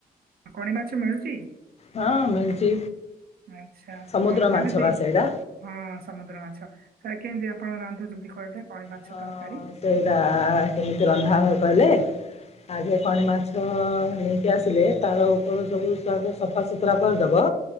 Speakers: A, on the right; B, on the left.
A: କଣି ମାଛ ମିଳୁଚି?
B: ହଁ ମିଳୁଛି
A: ଆଚ୍ଛା
B: ସମୁଦ୍ର
A: କଣ
B: ମାଛ
A: କେମିତି?
B: ବା ସେଇଟା
A: ହଁ ସମୁଦ୍ର ମାଛ ଥରେ କେମିତି ଆପଣ ରାନ୍ଧୁଚନ୍ତି କହିଲେ କଣି ମାଛ
B: ହଁ
A: ତରକାରୀ?
B: ସେଇଟା ଆ ଆ କେମିତି ରନ୍ଧା ହବ କହିଲେ ଆଗେ କଣି ମାଛ ଅ ଅ ଅ ନେଇକି ଆସିଲେ ତାର ଉପରୁ ସବୁ <unintelligible> ସଫାସୁତୁରା କରିଦବ